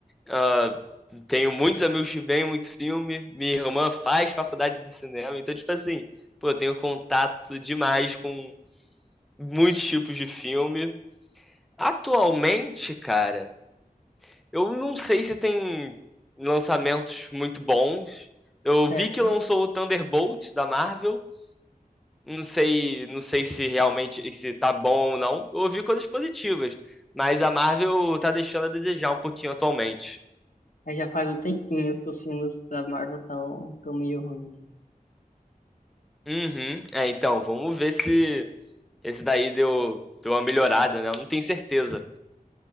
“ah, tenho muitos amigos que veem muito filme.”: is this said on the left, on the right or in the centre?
Centre